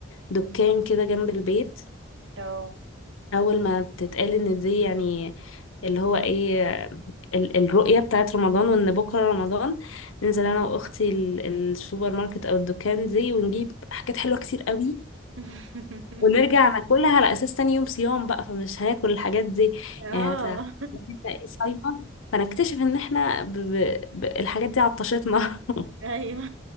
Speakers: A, on the left (about 90°); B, on the right (about 80°).
A: دكان كده جنب البيت
B: اه
A: اول ما تتقال ان دي يعني اللي هو ايه ال- الرؤيه بتاعت رمضان وان بكره رمضان ننزل انا واختي ال- السوبر ماركت او الدكان دي ونجيب حاجات حلوه كتير قوي
B: <laughs>
A: ونرجع ناكلها على اساس تاني يوم صيام بقى فمش هناكل الحاجات دي
B: اه
A: يعني هت هتبقى صايمه فنكتشف ان احنا ب... ب... ب... الحاجات دي عطشتنا <laughs>
B: <laughs> ايوه